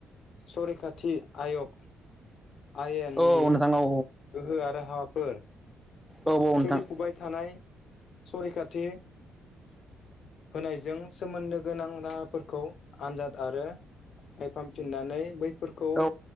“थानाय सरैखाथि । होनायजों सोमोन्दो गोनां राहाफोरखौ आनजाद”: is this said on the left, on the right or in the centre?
Left